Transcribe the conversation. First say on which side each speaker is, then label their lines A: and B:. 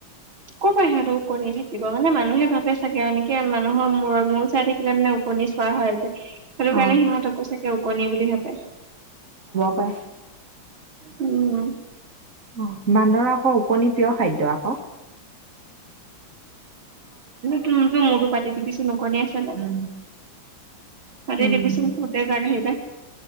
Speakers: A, on the right; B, on the right.
A: ক' পৰা সিহঁতৰ ওকণি থাকিব মানে মানুহে ভাবে চাগে এনেকে মানুহৰ মূৰৰ -মূৰ চাই থাকিলে মানে ওকনি চোৱা হয় যে, সেইটো
B: অ
A: কাৰণে সিহঁতকো চাকে ওকনি বুলি ভাবে।
B: হয়।
A: উম।
B: অঁ বান্দৰ আকৌ কণী প্ৰিয় খাদ্য আক।
A: টোম টোম মদো পাতিতি পিছ ওকণি আছে নে নাই?
B: উম
A: খালদি
B: উম
A: বিচোন খতে জাগাাইিল <inaudible>